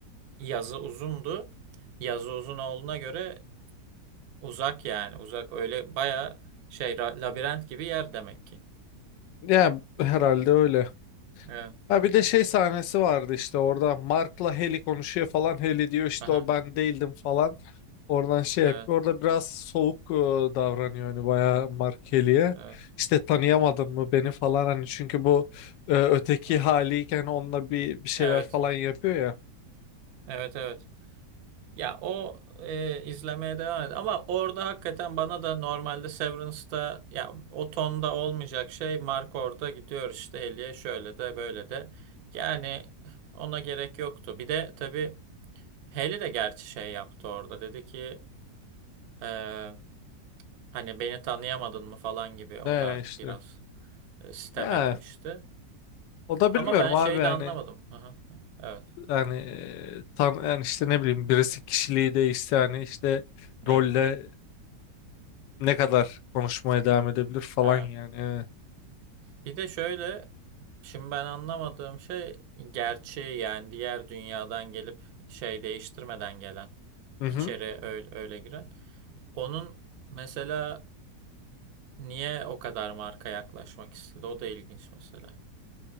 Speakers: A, on the right; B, on the left.
A: yazı uzundu. Yazı uzun olduğuna göre Uzak yani uzak öyle baya şey ra- labirent gibi yer demek ki.
B: yani herhalde öyle
A: Evet.
B: Ha bir de şey sahnesi vardı işte orada Mark'la Heli konuşuyor falan. Heli diyor işte
A: Aha.
B: o ben değildim falan. Oradan şey
A: Evet.
B: yapıyor. Orada biraz soğuk e, davranıyor hani bayağı Mark Heli'ye.
A: Evet.
B: İşte tanıyamadın mı beni falan hani çünkü bu e, öteki
A: Evet.
B: haliyken onunla bir bir şeyler
A: Evet.
B: falan yapıyor ya.
A: Evet. evet. Ya o e, izlemeye devam ed. Ama orada hakikaten bana da normalde Severance'da ya o tonda olmayacak şey Mark orada gidiyor işte Haley'e şöyle de böyle de. Yani ona gerek yoktu. Bir de tabii Haley de gerçi şey yaptı orada. Dedi ki e, hani beni tanıyamadın mı falan gibi. O
B: Ne
A: da
B: işte.
A: biraz e, sitem
B: Ya
A: etmişti.
B: o da
A: Ama
B: bilmiyorum
A: ben
B: abi
A: şeyi
B: yani
A: de anlamadım. Aha, evet,
B: yani e, tan yani işte ne bileyim birisi kişiliği değişti yani işte
A: evet,
B: rolle ne kadar konuşmaya devam edebilir falan
A: evet.
B: yani.
A: Bir de şöyle, şimdi ben anlamadığım şey gerçeği yani diğer dünyadan gelip şey değiştirmeden gelen,
B: Hı hı.
A: içeri öyle, öyle giren. Onun mesela niye o kadar marka yaklaşmak istedi? O da ilginç mesela.